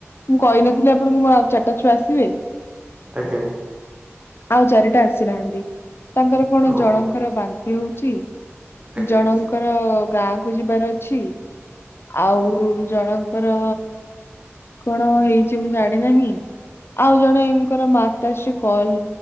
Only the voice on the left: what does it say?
ମୁଁ କହିନଥିଲି ଆପଣଙ୍କୁ ମୋର ଆଉ ଚାରିଟା ଛୁଆ ଆସିବେ
ଆଉ ଚାରିଟା ଆସିନାହାନ୍ତି। ତାଙ୍କର କଣ
ଜଳଙ୍କର ବାନ୍ତି ହଉଛି
ଜଣଙ୍କର ଗାଁ କୁ ଯିବାର ଅଛି ଆଉ ଜଣଙ୍କର କଣ ହେଇଛି ମୁଁ ଜାଣି ନାହିଁ। ଆଉ ଜଣେଙ୍କର ମାତା ଶ୍ରୀ କଲ